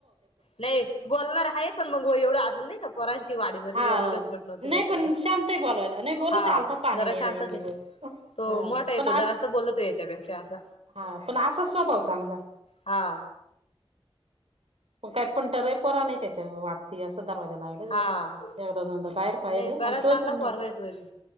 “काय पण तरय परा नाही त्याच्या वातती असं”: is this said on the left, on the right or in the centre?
Right